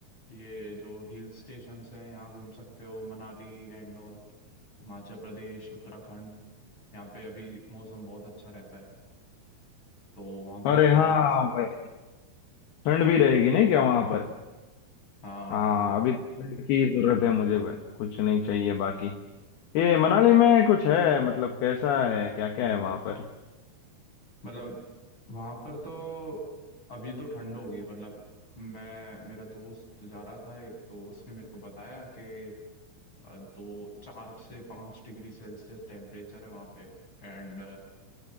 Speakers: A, on the left; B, on the left.
A: ये जो हिल स्टेशंस हैं यहाँ घूम सकते हो मनाली एंड ऑल हिमाचल प्रदेश उत्तराखंड यहाँ पे अभी मौसम बहुत अच्छा रहता है तो वहाँ पे
B: अरे
A: ट्रैवल
B: हाँ
A: कर सकते
B: भाई
A: हो
B: ठंड भी रहेगी नहीं क्या वहां पर
A: हाँ
B: हाँ
A: हाँ
B: अभी तो फंड की जरूरत है मुझे ब- कुछ नहीं चाहिए बाकी ये मनाली में कुछ है मतलब कैसा है क्या क्या है वहां पर
A: मतलब वहां पर तो अभी तो ठंड हो गई मतलब मैं मेरा दोस्त जा रहा था एक तो उसने मेरे को बताया कि अ, दो चार से पाँच डिग्री सेल्सियस टेम्परेचर है वहां पे एंड